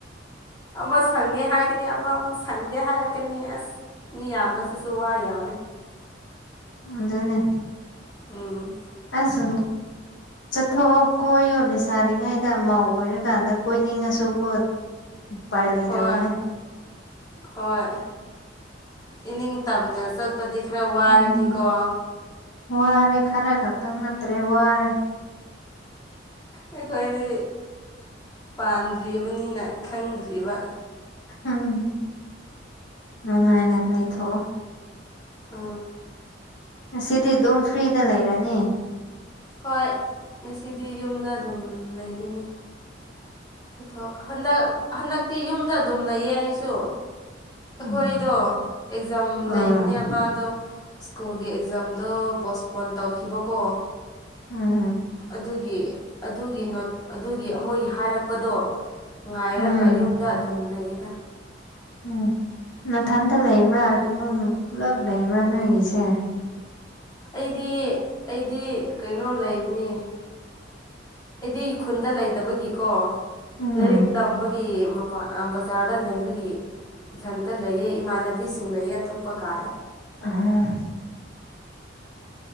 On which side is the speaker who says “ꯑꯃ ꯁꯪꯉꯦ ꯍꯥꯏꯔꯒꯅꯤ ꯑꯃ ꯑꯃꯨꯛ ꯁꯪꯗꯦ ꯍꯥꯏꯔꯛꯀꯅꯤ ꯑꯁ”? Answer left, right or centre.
Left